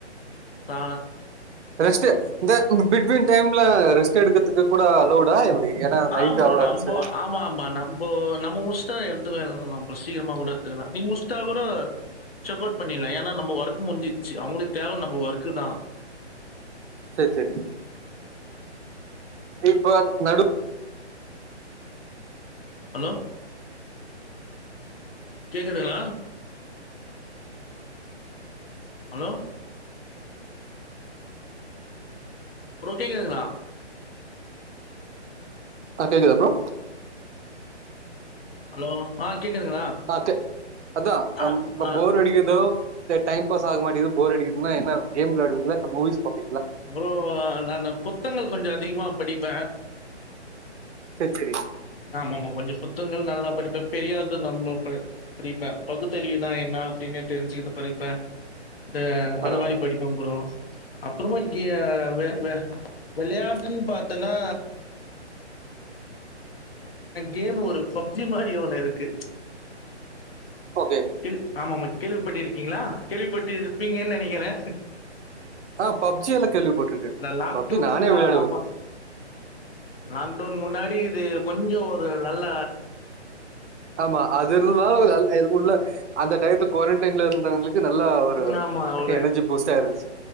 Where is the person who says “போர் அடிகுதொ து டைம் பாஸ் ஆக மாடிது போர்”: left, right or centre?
Right